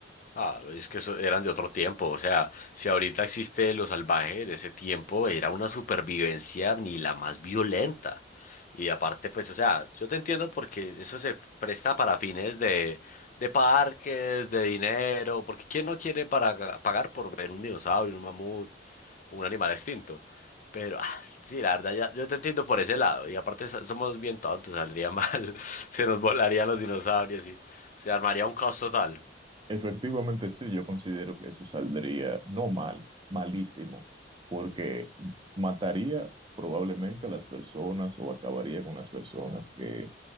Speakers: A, on the left (about 45°); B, on the right (about 25°).
A: Claro, y es que eso eran de otro tiempo, o sea, si ahorita existe lo salvaje de ese tiempo, era una supervivencia ni la más violenta. Y aparte, pues, o sea, yo te entiendo porque eso se presta para fines de, de parques, de dinero, porque ¿quién no quiere para, pagar por ver un dinosaurio, un mamut, un animal extinto? Pero, ah, sí, la verdad, ya, yo te entiendo por ese lado. Y aparte so- somos bien tontos, saldría mal, <laughs> se nos volarían los dinosaurios y se armaría un caos total.
B: Efectivamente, sí, yo considero que eso saldría no mal, malísimo, porque mataría probablemente a las personas o acabaría con las personas que